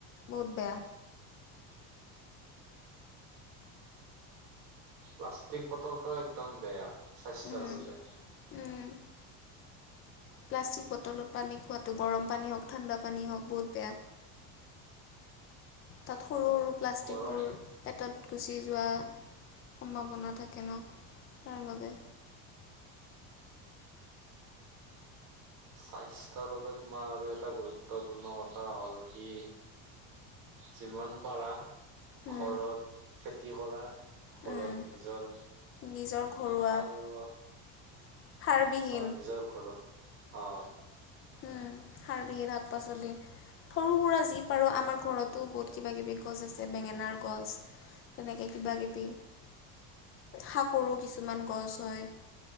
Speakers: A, on the left; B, on the right.
A: বহুত বেয়া।
B: প্লাষ্টিক বটলটো একদম বেয়া। স্বাস্থ্যৰ
A: উম,
B: বাবে।
A: উম। প্লাষ্টিক বটলত পানী খোৱাটো গৰম পানী হওক ঠাণ্ডা পানী হওক বহুত বেয়া। তাত সৰু সৰু প্লাষ্টিকবোৰ
B: গৰম
A: পেটত গুচি যোৱা সম্ভাৱনা থাকে ন তাৰ বাবে।
B: স্বাস্থ্যৰ বাবে তোমাৰ আৰু এটা গুৰুত্বপূৰ্ণ কথা হ'ল কি যিমান পাৰা
A: উম
B: ঘৰত খেতি কৰা ঘৰত
A: উম
B: নিজৰ
A: নিজৰ ঘৰুৱা
B: সাৰুৱা
A: সাৰবিহীন
B: অ নিজৰ ঘৰ অ অ।
A: উম হাৰবিহিন ত শাক পাচলি সৰু সুৰা যি বাৰু আমাৰ ঘৰতো বহুত কিবা কিবি গছ আছে বেঙেনাৰ গছ, তেনেকৈ কিবাকিবি শাককৰো কিছুমান গছ হয়,